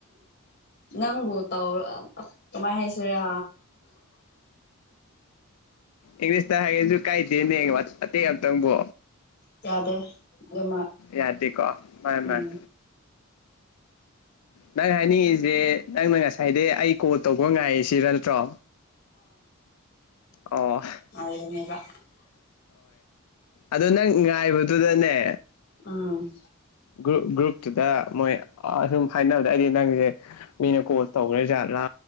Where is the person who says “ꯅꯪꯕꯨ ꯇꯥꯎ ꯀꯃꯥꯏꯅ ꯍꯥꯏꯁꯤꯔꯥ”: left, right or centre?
Left